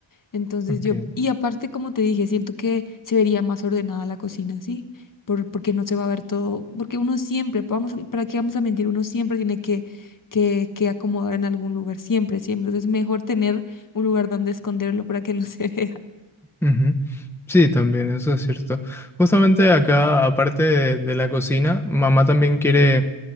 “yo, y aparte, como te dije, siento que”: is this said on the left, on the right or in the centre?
Left